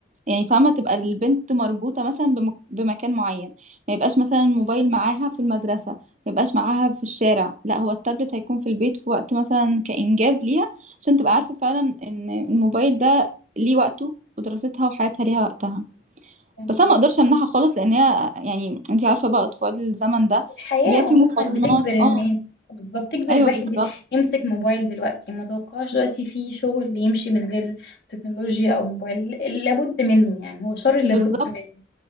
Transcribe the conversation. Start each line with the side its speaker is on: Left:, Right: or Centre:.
Right: يعني فاهمة تبقى البنت مربوطة مثلا بم- بمكان معين ما يبقاش مثلا الموبايل معاها في المدرسة ما يبقاش معاها في الشارع لا هو التابلت هيكون في البيت في وقت مثلا كإنجاز ليها عشان تبقى
Left: أها.
Right: عارفة فعلا ان الموبايل ده ليه وقته ودراستها وحياتها ليها وقتها
Left: تمام.
Right: بس انا ما اقدرش امنعها خالص لان هي يعني انتي عارفة بقى اطفال الزمن ده
Left: الحياة
Right: بيبقى
Left: عموما
Right: في مقارنات
Left: بتجبر الناس
Right: اه
Left: بالظبط تجبر
Right: ايوه
Left: الواحد
Right: بالظبط
Left: ي- يمسك موبايل دلوقتي ما توقعش دلوقتي في شغل يمشي من غير تكنولوجيا او موبايل لابد منه يعني هو شر لابد
Right: بالظبط
Left: منه